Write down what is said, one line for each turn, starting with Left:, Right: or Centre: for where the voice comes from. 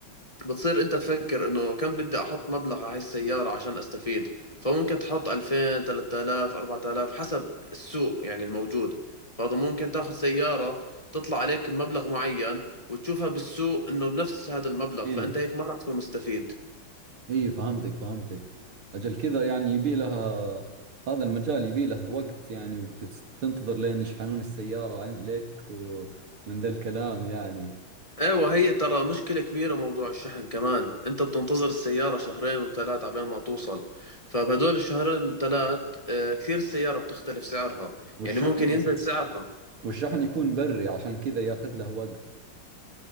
Left: بتصير انت تفكر انه كم بدي احط مبلغ على هاي السيارة عشان استفيد فممكن تحط 2000 3000 4000 حسب السوق يعني الموجود فهذا ممكن تاخذ سيارة تطلع عليك مبلغ معين وتشوفها بالسوق انه بنفس هذا المبلغ
Right: إي.
Left: فانت هيك ما راح تكون مستفيد
Right: اي فهمتك فهمتك اجل كذا يعني يبي لها هذا المجال يبي له وقت يعني وتنتظر لين يشحنون السيارة عن- لك و- ومن ذا الكلام يعني
Left: ايوه هي ترى مشكلة كبيرة موضوع الشحن كمان انت بتنتظر السيارة شهرين وثلاث عبين ما توصل فبهدول الشهرين ثلاث آه، كثير السيارة بتختلف سعرها
Right: والشحن
Left: يعني ممكن ينزل سعرها
Right: والشحن يكون بري عشان كذا ياخذ له وقت